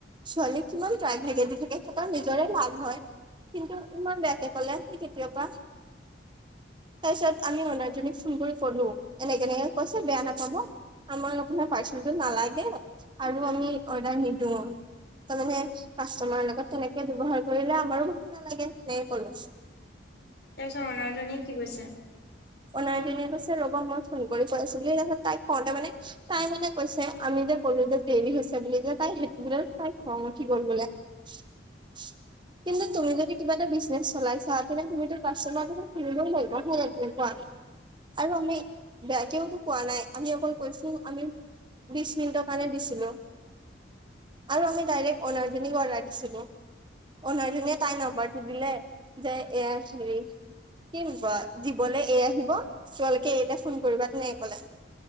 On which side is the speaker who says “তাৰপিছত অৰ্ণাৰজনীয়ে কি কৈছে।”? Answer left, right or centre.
Left